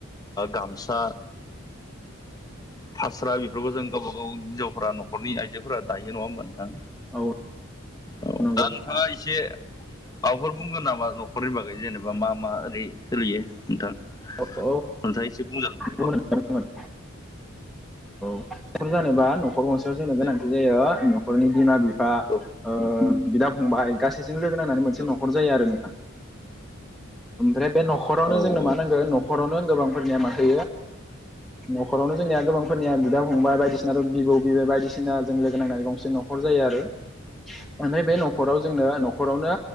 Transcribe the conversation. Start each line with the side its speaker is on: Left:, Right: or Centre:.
Left: गामसा फास्रा बेफोरखौ जों गावबागाव हिनजावफोरा नखरनि आइजोफोरा दायो नङा होमबा नों थां
Centre: औ
Left: औ
Centre: बुंगोन
Left: दा नोंथाङा एसे माबाफोर बुंगोन नामा नखरनि बागै जेनेबा मा मा ओरै सोलियो नोंथां नोंथाङा
Centre: औ
Left: एसे बुंजागोन
Centre: न'खर
Left: दे औ।
Centre: नखर जानोबा नखर गंसेयाव जोंनो गोनांथि
Left: दे नोंथां
Centre: जायो नखरनि बिमा बिफा
Left: औ
Centre: ओ बिदा फंबाय गासैजों लोगो नांनानानै मोनसे
Left: औ
Centre: नखर जायो आरो नोंथां। ओफ्राय बे नखरावनो
Left: औ
Centre: जोंनो
Left: औ
Centre: मा नांगो नखरावनो गोबांफोरनिया माथो नखरावनो जोंनिया गोबांफोरनिया बिदा फंबाय बायदिसिनाथ बिबौ बिबै बायदिसिना जों लोगो नांनानै गंसे नखर जायो आरो ओमफ्राय बे नखराव जोंनो नखरावनो